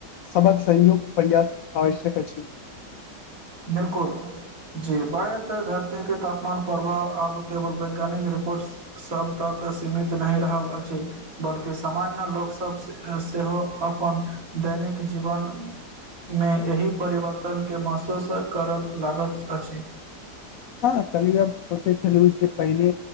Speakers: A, on the left; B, on the right.
A: सबक संयुक्त प्रयास आवश्यक अछि।
B: बिलकुल जी बढ़ैत धरतीके तापमान प्रभाव आब केवल वैज्ञानिक रिपोर्ट सभ तक सीमित नहि रहल अछि बल्कि सामान्य लोकसभ सेहो अपन दैनिक जीवनमे एहि परिवर्तनके मसू। तऽ सब कारल लागत अछि।
A: हँ कनिय अब सोचे छलहु जे पहिने